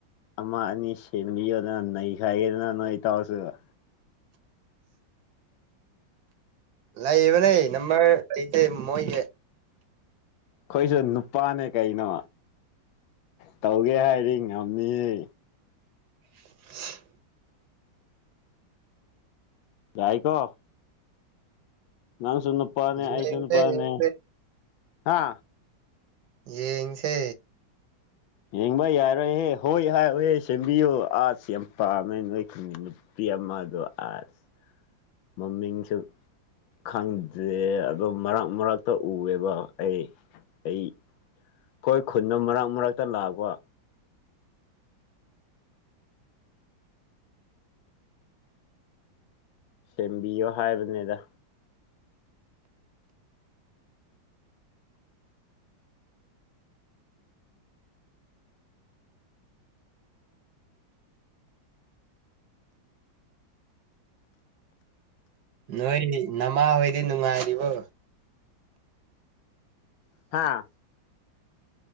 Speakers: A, on the left (about 85°); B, on the right (about 65°).
A: ꯑꯃ ꯑꯅꯤ ꯁꯦꯝꯕꯤꯌꯣꯅ ꯅ ꯍꯥꯏꯦꯗꯅ ꯅꯣꯣꯏ ꯇꯧꯔꯁꯨ
B: ꯂꯕ ꯅ ꯑꯩ ꯅꯝꯝꯕꯔ ꯁꯤꯗꯤ ꯃꯣꯏ
A: ꯑꯩꯈꯣꯏꯁꯨ ꯅꯨꯄꯥꯅꯦ ꯀꯩꯅꯣ ꯇꯧꯒꯦ ꯍꯥꯏꯔꯤ ꯉꯝꯃꯤꯍꯦ
B: <unintelligible>
A: ꯌꯥꯏꯀꯣ ꯅꯪꯁꯨꯅ ꯄꯅꯦ
B: ꯌꯦꯡꯁꯦ
A: ꯑꯩꯁꯨꯅ ꯄꯅꯦ
B: ꯌꯦꯡꯁꯦ
A: ꯍꯥ
B: ꯌꯦꯡꯁꯦ
A: ꯌꯦꯡꯕ ꯌꯥꯔꯣꯏꯍꯦ ꯍꯣꯏ ꯍꯥꯏ ꯍꯍꯦ ꯁꯦꯝꯕꯤꯌꯨ ꯑꯥꯁ ꯌꯥꯝ ꯄꯥꯝꯃꯦ ꯅꯣꯏ ꯈꯪ ꯅꯨꯄꯤ ꯑꯃꯗꯣ ꯑꯁ ꯃꯃꯤꯡꯁꯨ ꯈꯪꯗꯦ ꯑꯗꯣ ꯃꯔꯛ ꯃꯔꯛꯇ ꯎꯑꯦꯕ ꯑꯩ ꯑꯩ ꯑꯩꯈꯣꯏ ꯈꯨꯟꯗꯣ ꯃꯔꯛ ꯃꯔꯛꯇ ꯂꯥꯛꯑꯕ ꯁꯦꯝꯕꯤꯌꯣ ꯍꯥꯏꯕꯅꯤꯗ
B: ꯅꯣꯏ ꯅꯃꯥ ꯍꯣꯏꯗꯤ ꯅꯨꯡꯉꯥꯏꯔꯤꯕꯣ
A: ꯍꯥ